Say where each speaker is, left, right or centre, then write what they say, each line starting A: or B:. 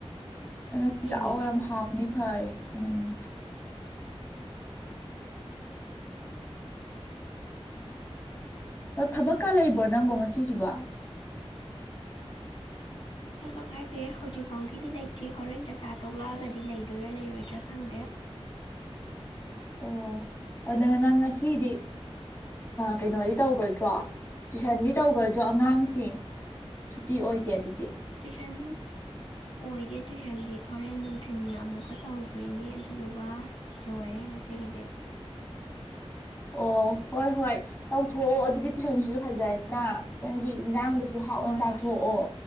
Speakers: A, on the left; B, on the left.
A: ꯅꯪꯥꯛꯑꯣ
B: ꯌꯦꯜꯂꯤꯅꯦ
A: ꯌꯥꯝ ꯍꯥꯎꯅꯤ ꯍ ꯎꯝ ꯑ ꯊꯕꯛꯀ ꯂꯩꯕ꯭ꯔꯣ ꯅꯪꯕꯣ ꯉꯁꯤꯁꯤꯕꯣ
B: ꯄꯛ ꯍꯥꯏꯁꯦ ꯍꯧꯖꯤꯛ ꯐꯥꯎꯒꯤꯗꯤ ꯂꯩꯇ꯭ꯔꯤ ꯍꯣꯔꯦꯟ ꯆꯥꯛꯆꯥ ꯇꯣꯛꯂꯛꯑꯒꯗꯤ ꯂꯩꯗꯣꯏꯔꯥ ꯂꯩꯔꯣꯏꯗ꯭ꯔꯥ ꯈꯪꯗꯦ
A: ꯑꯣ ꯑꯗꯨꯅ ꯅꯪ ꯉꯁꯤꯗꯤ ꯀꯩꯅꯣꯗꯤ ꯇꯧꯒꯣꯏꯗ꯭ꯔꯣ ꯇꯨꯏꯁꯟꯗꯤ ꯇꯧꯒꯗ꯭ꯔꯣ ꯑꯉꯥꯡꯁꯤꯡ ꯁꯨꯇꯤ ꯑꯣꯏꯗꯦ ꯑꯗꯨꯗꯤ
B: ꯇꯨꯏꯁꯟ ꯑꯣꯏꯗꯦ ꯇꯨꯏꯁꯟꯗꯤ ꯍꯣꯔꯦꯟ ꯅꯨꯡꯊꯤꯤꯟ ꯑꯃꯨꯛꯀ ꯇꯧꯈ꯭ꯔꯤꯅꯤ ꯑꯗꯨꯗꯨꯒ ꯂꯣꯏꯔꯦ ꯉꯁꯤꯒꯤꯗꯤ
A: ꯑꯣ ꯍꯣꯏ ꯍꯣꯏ ꯇꯧꯊꯣꯛꯑꯣ ꯑꯗꯨꯗꯤ ꯇꯨꯏꯁꯟꯁꯤꯁꯨ ꯐꯖꯗꯅ ꯅꯪꯒꯤ ꯏꯟꯖꯥꯡꯁꯨ ꯨ ꯍꯥꯎꯅ
B: ꯍꯣꯏ
A: ꯆꯥꯊꯣꯛꯑꯣ
B: ꯍꯣꯏ